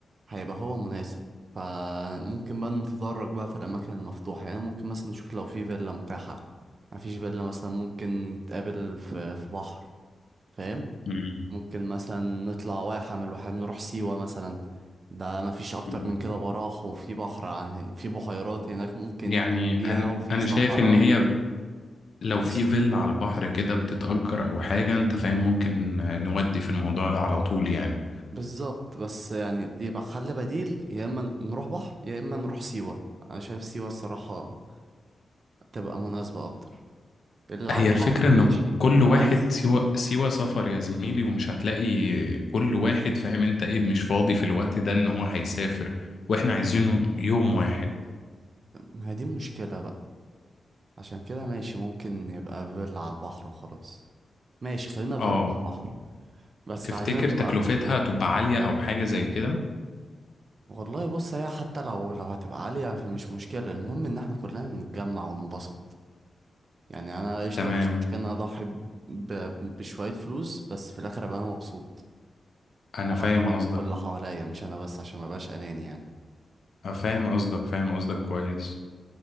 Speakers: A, on the right; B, on the left.
A: هيبقى هو مناسب فممكن بقى نتدرج بقى في الاماكن المفتوحه يعني ممكن مثلا نشوف لو في فيلا متاحه مفيش فيلا مثلا ممكن نتقابل في في بحر فاهم
B: مم.
A: ممكن مثلا نطلع واحه من الواحات نروح سيوه مثلا ده مفيش اكتر
B: مم.
A: من كده براح وفي بحر عن- في بحيرات هناك ممكن
B: يعني
A: ننزل فيها
B: أنا
A: وفي
B: أنا
A: صحراء
B: شايف إن هي لو في
A: بص
B: فيلا على البحر كده بتتأجر أو حاجة أنت فاهم ممكن آه، نودي في الموضوع ده على طول يعني
A: بالظبط بس يعني يبقى حل بديل يا اما نروح بحر يا اما نروح سيوه انا شايف سيوه الصراحه تبقى مناسبة أكتر اللي
B: هي
A: عايز
B: الفكرة
A: بحر
B: ان
A: ماشي
B: كل
A: اللي
B: واحد
A: عايز
B: سوى سوى سفر يا زميلي ومش هتلاقي كل واحد فاهم انت ايه مش فاضي في الوقت ده ان هو هيسافر واحنا عايزينه يوم واحد
A: ما هي دي المشكلة بقى عشان كده ماشي ممكن يبقى فيلا على البحر وخلاص ماشي خلينا فيلا
B: اه
A: على البحر بس
B: تفتكر
A: عايزينها تبقى
B: تكلفتها تبقى عالية او حاجة زي كده
A: والله بص هي حتى لو لو هتبقى عالية فمش مشكلة المهم إن احنا كلنا نتجمع وننبسط يعني أنا قشطة
B: تمام
A: مش مشكلة إن أنا أضحي ب... ب- بشوية فلوس بس في الآخر أبقى أنا مبسوط
B: انا
A: أنا
B: فاهم
A: طبعا
B: قصدك
A: وكل اللي حواليا مش أنا بس عشان مبقاش أناني يعني
B: أنا فاهم قصدك فاهم قصدك كويس